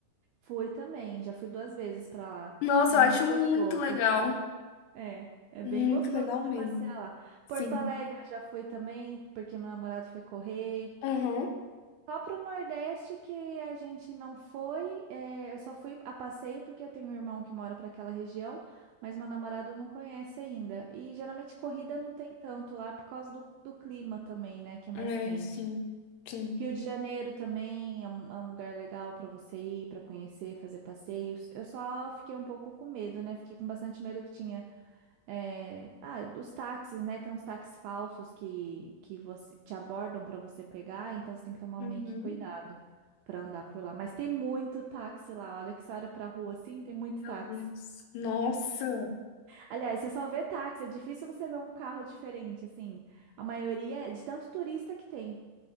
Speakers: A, on the right (about 85°); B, on the left (about 80°).
A: Fui também, já fui duas vezes para lá.
B: Nossa,
A: É
B: eu
A: muito
B: acho muito
A: gostoso.
B: legal.
A: É, é bem
B: Muito
A: gostoso
B: legal
A: de
B: mesmo.
A: passear lá.
B: Sim.
A: Porto Alegre eu já fui também, porque meu namorado foi correr.
B: Aham.
A: Só pro Nordeste que a gente não foi. é, eu só fui a passeio porque eu tenho um irmão que mora para aquela região, mas meu namorado não conhece ainda. E geralmente corrida não tem tanto lá por causa do, do clima também, né? Que é mais
B: É,
A: quente.
B: sim. Sim.
A: Rio de Janeiro também é um, é um lugar legal para você ir, para conhecer, fazer passeios. Eu só fiquei um pouco com medo, né? Fiquei com bastante medo que tinha. É, ah, os táxis, né? Tem uns táxis falsos que, que você te abordam para você pegar, então você tem que tomar
B: Uhum.
A: meio que cuidado para andar por lá. Mas tem muito táxi lá. Olha que você olha pra rua assim, tem muito
B: Meu
A: táxi.
B: Deus. Nossa.
A: Aliás, você só vê táxi, é difícil você ver um carro diferente, assim. A maioria é de tanto turista que tem.